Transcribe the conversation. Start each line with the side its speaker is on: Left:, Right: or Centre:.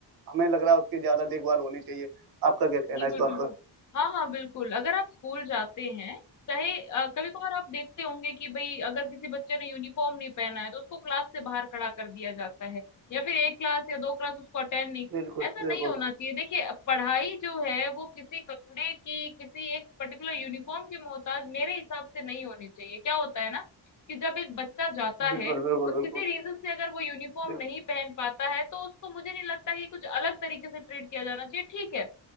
Right: हमें लग रहा है उसकी ज्यादा देखभाल होनी चाहिए आपका क्या कहना
Left: बिल्कुल,
Right: है इस बात
Left: बिल्कुल।
Right: पर
Left: हाँ, हाँ, बिल्कुल। अगर आप स्कूल जाते हैं, चाहे अ, कभी-कभार आप देखते होंगे कि भई अगर किसी बच्चे ने यूनिफॉर्म नहीं पहना है, तो उसको क्लास से बाहर खड़ा कर दिया जाता है या फिर 1 क्लास या 2 क्लास उसको अटेंड नहीं
Right: बिल्कुल
Left: ऐसा नहीं
Right: बिल्कुल
Left: होना चाहिए। देखिए अ, पढ़ाई जो है वो किसी कपड़े की, किसी एक पर्टिकुलर यूनिफॉर्म की मोहताज मेरे हिसाब से नहीं होनी चाहिए। क्या होता है ना कि जब एक बच्चा जाता
Right: बिल्कुल
Left: है
Right: बिल्कुल
Left: और
Right: बिल्कुल
Left: किसी रीज़न से अगर वो यूनिफॉर्म
Right: बिल,
Left: नहीं पहन पाता है, तो उसको मुझे नहीं लगता कि कुछ अलग तरीके से ट्रीट किया जाना चाहिए। ठीक है,